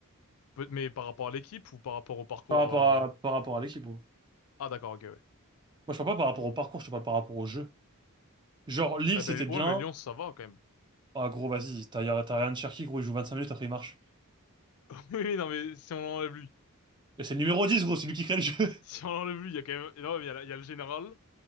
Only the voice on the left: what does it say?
Peut- mais par rapport à l'équipe ou par rapport au parcours.
euh,
Ah, d'accord, ok, ouais.
Ah
ben,
ouais, mais Lyon, ça va quand même.
Oui, oui, non, mais si on l'enlève lui.
Si
on l'enlève lui, il y a quand même. Non, mais il y a, la- il y a le général,